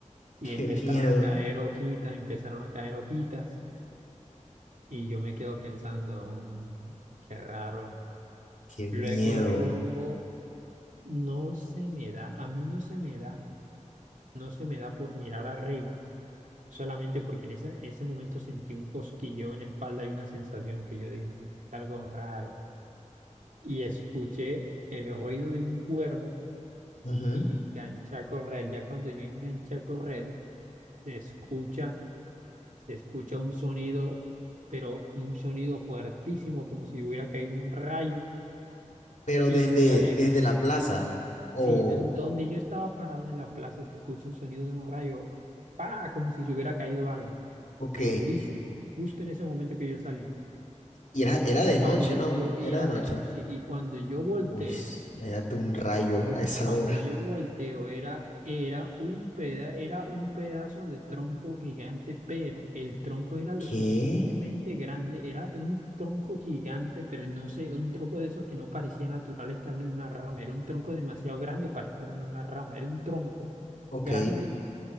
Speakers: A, on the right (about 80°); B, on the left (about 70°).
A: Y
B: qué
A: empezaron
B: miedo,
A: a caer hojitas, empezaron a caer hojitas. Y yo me quedo pensando, "Mm, qué raro.
B: qué miedo.
A: Luego yo, no se me da, a mí no se me da, no se me da por mirar arriba solamente porque en ese, en ese momento sentí un cosquilleo en la espalda y una sensación que yo dije, "No, algo raro. Y escuché el ruido de un cuervo
B: Ujú.
A: y enganché a correr. Ya cuando yo enganché a correr, se escucha, se escucha un sonido, pero un sonido fuertísimo, como si hubiera caído un rayo.
B: Pero
A: Y
B: desde,
A: yo paré,
B: desde la plaza. o
A: sí, de don- donde yo estaba parado en la plaza, se escucha un sonido de un rayo, ¡pa! como si se hubiera caído algo,
B: ok.
A: pero durísimo, justo en ese momento que yo salí.
B: Y era, era
A: Y
B: de
A: cuando
B: noche, ¿no?
A: yo era
B: Era de noche.
A: de noche y cuando yo volteo,
B: Uy, me date un rayo a esa
A: cuando
B: hora.
A: yo volteo era, era un peda, era un pedazo de tronco gigante, pero el tronco era lo
B: ¿Qué?
A: suficientemente grande, era un tronco gigante, pero no sé, un tronco de esos que no parecía natural estar en una rama, era un tronco demasiado grande para estar en una rama, era un tronco
B: Ok.
A: grande